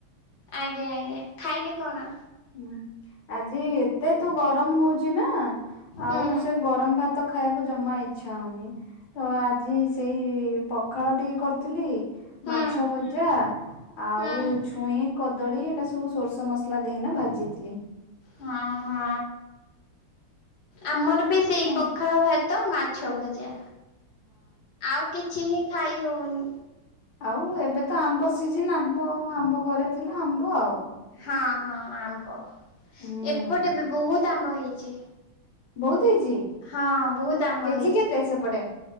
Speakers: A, on the left; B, on the left.
A: ଆଜ୍ଞା ଆଜ୍ଞା ଖାଇଲେ କଣ?
B: ହୁଁ ଆଜି ଏତେ ତୁ ଗରମ ହଉଚ ନା ଆଉ
A: ହୁଁ
B: ସେ ଗରମ ଭାତ ଖାଇବାକୁ ଜମା ଇଚ୍ଛା ହଉନି। ତ ଆଜି ସେଇ ପଖାଳ ଟିକେ କରିଥିଲି
A: ହୁଁ
B: ମାଛ ଭଜା ଆଉ
A: ହୁଁ
B: ଛୁଇଁ କଦଳୀ ଏଇଟା ସବୁ ସୋରିଷ ମସଲା ଦେଇକିନା ଭାଜିଥିଲି।
A: ହଁ ହଁ ଆମର ବି ସେଇ
B: ହଁ
A: ପଖାଳ ଭାତ ମା ଛଅ ଭଜା ଆଉ କିଛି ହିଁ ଖାଇ ହଉନି।
B: ଆଉ ଏବେ ତ ଆମ୍ବ ସିଜିନ୍ ଆମ୍ବ ଆମ୍ବ ଘରେ ଥିଲା ଆମ୍ବ ଆଉ।
A: ହଁ ହଁ ଆମ୍ବ
B: ହୁଁ
A: ଏପଟେ ବି ବହୁତ ଆମ୍ବ ହେଇଛି।
B: ବହୁତ ହେଇଛି।
A: ହଁ ବହୁତ ଆମ୍ବ
B: କେଜି
A: ହେଇଛି।
B: କେତେ ସେପଟେ?